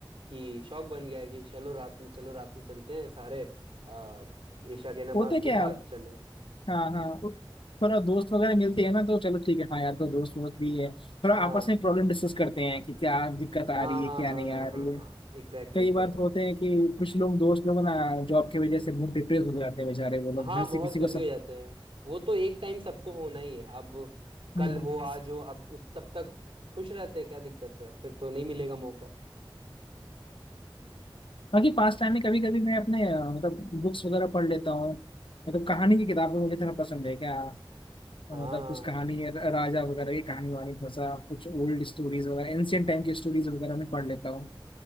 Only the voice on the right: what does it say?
कि शौक बन गया है कि चलो रात में चलो रात में चलते हैं सारे आ, ईशा के नमाज
के
बाद
चलो
हाँ
हाँ
हाँ
हाँ
हाँ
हाँ
हाँ एग्जैक्टली
एग्जैक्टली
हाँ
बहुत
बिजी
हो जाते हैं वो तो एक टाइम सबको होना ही है अब
कल हो आज हो अब उस तब तक खुश रहते हैं क्या दिक्कत है फिर तो नहीं मिलेगा मौका
हाँ